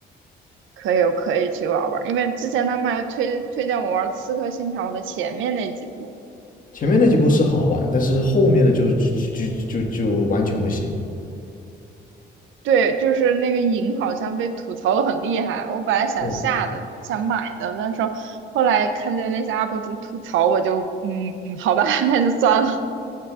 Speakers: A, on the right; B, on the left.
A: 可以，我可以去玩儿玩儿，因为之前他们还推推荐我玩儿《刺客信条》的前面那几部，
B: 前面那几部是好好玩，但是后面的就就就就就完全不行。
A: 对，就是那个影好像被吐槽的很厉害。我本来想下的，
B: 对，
A: 想买的，但是后来看见那些 UP 主吐槽，我就嗯，好吧，<laughs> 那就算了。